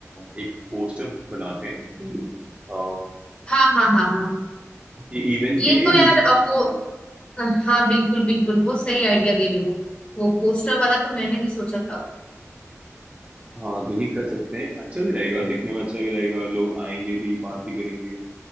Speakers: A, on the right; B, on the left.
A: अ, एक पोस्टर बनाते हैं कि अ,
B: हाँ हाँ हाँ हाँ
A: कि इवेंट
B: ये
A: के लिए
B: तो यार
A: भी
B: अब
A: हाँ
B: वो हाँ बिल्कुल बिल्कुल वो सही आइडिया दे रहे हो वो पोस्टर वाला तो मैंने भी सोचा था
A: हाँ तो ये कर सकते हैं अच्छा भी रहेगा दिखने में अच्छा भी लगेगा लोग आएंगे भी बात भी करेंगे